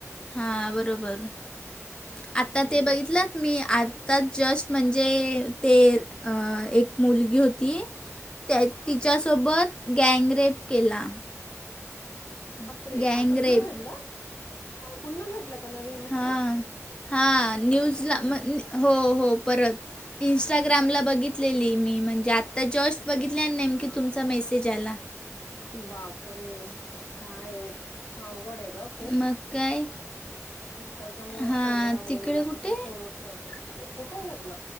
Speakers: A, on the left; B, on the left.
A: हा बरोबर, आता
B: हम्म
A: ते बघितलंत मी आत, त्यात जस्ट म्हणजे ते एक मुलगी होती. त्यात तिच्यासोबत गँगरेप केला.
B: बापरे
A: गँगरेप.
B: आता पुन्हा घडलं पुन्हा घडलं. का नवीन घटना
A: हा हा न्यूजला
B: बापरे
A: म्हण हो हो परत, इंस्टाग्रामला बघितलेली मी म्हणजे आत्ता जस्ट बघितले नेमकी तुमचा मेसेज आला.
B: बापरे काय हे अवघड आहे ग, खुप
A: मग काय
B: त्याच्यामुळे
A: हां,
B: सगळ्या मुलीला
A: तिकडे कुठे?
B: कुठं सोडू शकत! <unintelligible> कुठे घडल?